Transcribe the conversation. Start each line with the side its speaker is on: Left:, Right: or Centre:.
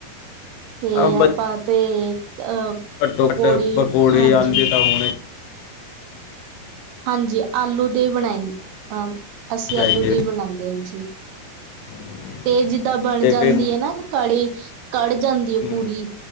Right: ਤੇ
Left: ਆ ਬ-
Right: ਆਪਾਂ ਤੇ ਅਹ
Left: ਘੱਟੋ ਘੱਟ
Right: ਪੌੜੀ
Left: ਪਕੌੜੇ
Right: ਹਾਂਜੀ
Left: ਆਲੂ ਤਾਂ ਹੋਣੇ
Right: ਹਾਂਜੀ ਆਲੂ ਦੇ ਹੀ ਬਣਾਈ ਅਹ ਅਸੀਂ
Left: ਚਾਹੀਦੇ
Right: ਆਲੂ ਦੇ ਹੀ ਬਣਾਉਂਦੇ ਹਾਂ ਜੀ
Left: ਹੂੰ।
Right: ਤੇ ਜਿੱਦਾਂ ਬਣ
Left: ਤੇ
Right: ਜਾਂਦੀ
Left: ਫਿਰ
Right: ਹੈ ਨਾ ਕਿ ਕੜੀ ਕਢ ਜਾਂਦੀ ਹੈ
Left: ਹੂੰ
Right: ਪੂਰੀ